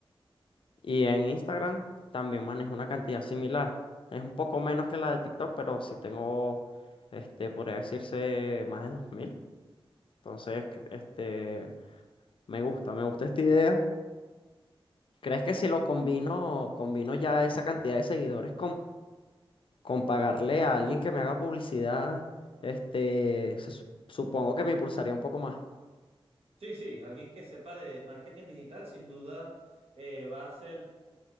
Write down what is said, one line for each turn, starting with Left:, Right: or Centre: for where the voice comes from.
Left: y en Instagram también manejo una cantidad similar. Es un poco menos que la de TikTok, pero sí tengo, este, podría decirse más de dos mil Entonces, cre- este, me gusta, me gusta esta idea. ¿Crees que si lo combino, combino ya esa cantidad de seguidores con pagarle a alguien que me haga publicidad, este, se su- supongo que me impulsaría un poco más.
Right: Sí, sí, alguien que sepa de marketing digital sin duda eh, va a ser...